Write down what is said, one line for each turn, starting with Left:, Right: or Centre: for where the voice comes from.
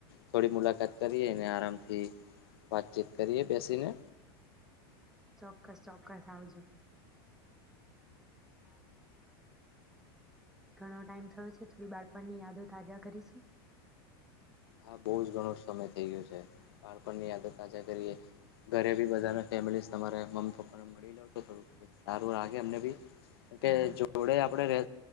Left: થોડી મુલાકાત કરીએ આરામથી વાતચીત કરીએ બેસીને.
Centre: ચોક્કસ ચોક્કસ આવજો. ઘણો ટાઈમ થયો છે થોડી બાળપણની યાદો તાજા કરીશું.
Left: હા બહુ જ ઘણો જ સમય થઈ ગયો છે. બાળપણની યાદો તાજા કરીએ ઘરે ભી બધાને ફેમિલી તમા મમ્મી પપ્પાને મળી લો તો થોડું સારું લાગે અમને બી કે
Centre: હા
Left: જોડે આપણે રે